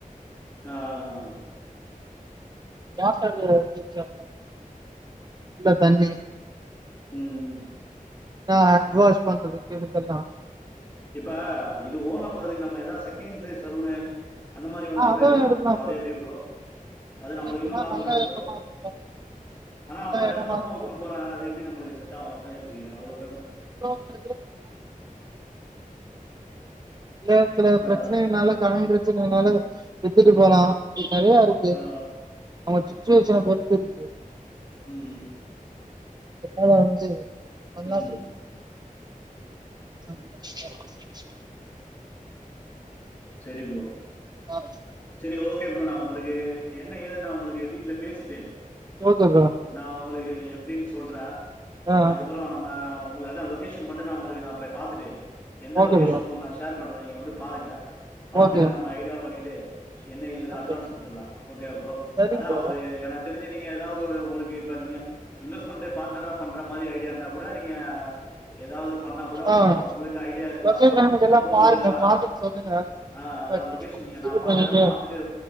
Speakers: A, on the left; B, on the right.
A: ஆஹ் ஆஹ் ஆஹ்
B: <unintelligible> இல்ல தண்ணி
A: உம் உம்
B: ஆஹ் வாஷ் பண்ற இதுகேல்லாம்
A: இப்ப இது ஓனா போறதுக்கு நம்ம ஏதாவது செகண்ட் சலூனு அந்த மாதிரி வந்தா
B: ஆ
A: கூட
B: அதா
A: எடுக்கலாமா
B: எடுக்கலா
A: ப்ரோ அது எப்படி ப்ரோ அது நம்மளுக்கு
B: எடுக்கலா
A: இன்னும் லாபம்
B: நல்ல
A: தான ப்ரோ
B: இடமா இருக்கு
A: ஆனா
B: நல்ல
A: அவங்க ரெண்டாவமா
B: இடமா இருக்கு
A: விட்டு போறாங்க அது எப்படி நம்ளுக்கு செட் ஆவும் அதா யோசி திராவு
B: ப்ரோ <inaudible> <unintelligible> இல்ல சில பிரச்சனைகள்னால
A: ஆ
B: <unintelligible> ச்சினாலும் வித்துட்டு போலாம் இது நிறைய இருக்கு
A: ஆ
B: அவங்க சுச்சுவேஷன் பொறுத்து இருக்கு
A: உஹம்
B: அதனால வந்து பண்லா
A: உம்
B: ப்ரோ <inaudible>
A: சரி ப்ரோ
B: ஆ
A: சரி ஓகே ப்ரோ நா உங்களுக்கு என்ன ஏதன்னா உங்களுக்கு வீட்டுல பேசிட்டு
B: ஓக்கே ப்ரோ
A: நா உங்களுக்கு எப்படின்னு சொல்றேன்
B: ஆ
A: அதுக்கப்புறம்
B: ஆ
A: நம்ம உங்கள அதான் லொகேஷன் மட்டும் தான் உங்களுக்கு நான் போய் பாத்துட்டு எந்த
B: ஓகே
A: லொகேஷன்
B: ப்ரோ
A: உங்களுக்கு நான் ஷேர் பண்ற நீங்க வந்து பாருங்க பாத்துட்டு
B: ஓகே
A: நம்ம ஐடியா பண்ணிட்டு <inaudible> என்ன ஏதுன்னு
B: ஓகே
A: அட்வான்ஸ் கொடுத்துடலாம் ஓகேவா ப்ரோ
B: சரிங்க
A: அதான்
B: ப்ரோ
A: ஒரு எனக்கு தெரிஞ்சு நீ ஏதாவது உங்களுக்கு இப்ப நீங்க இன்வெஸ்ட்மெண்ட் பார்டனரா பண்ற மாரி ஐடியா இருந்த கூட நீங்க ஏதாவது பண்ணா கூட பண்ணலாம்
B: ஆ
A: உங்களுக்கு ஐடியா இருந்தான்
B: லொகேஷன் இதெல்லா
A: சப்போஸ்
B: பாருங்க
A: உங்களா ஹான்
B: பாத்துட்டு சொல்லுங்க
A: ஆஹ்
B: அப்ப
A: அதான் லொகேஷன் நீங்க நான்
B: இது
A: பாக்குறேன்
B: பண்ணிட்டு
A: பாத்துட்டு